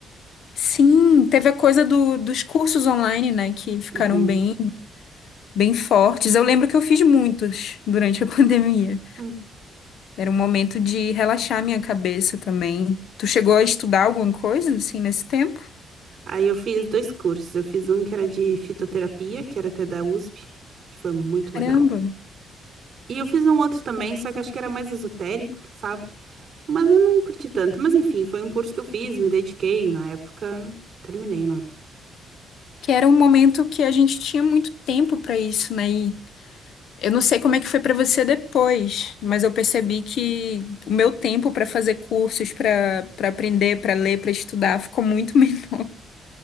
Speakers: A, on the left; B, on the right.
A: Sim, teve a coisa do- dos cursos online, né, que ficaram
B: Uhum.
A: bem, bem fortes. Eu lembro que eu fiz muitos durante a <laughs> pandemia.
B: Hum.
A: Era um momento de relaxar minha cabeça também. Tu chegou a estudar alguma coisa assim nesse tempo?
B: Aí eu fiz dois cursos. Eu fiz um que era de fitoterapia, que era até da USP, que foi muito
A: Caramba,
B: legal. E eu fiz um outro também, só que eu acho que era mais esotérico, sabe? Mas eu não curti tanto. Mas enfim, foi um curso que eu fiz, me dediquei, e na época terminei, não.
A: que era um momento que a gente tinha muito tempo para isso, né? E eu não sei como é que foi para você depois, mas eu percebi que o meu tempo para fazer cursos, para para aprender, para ler, para estudar ficou muito <laughs> menor.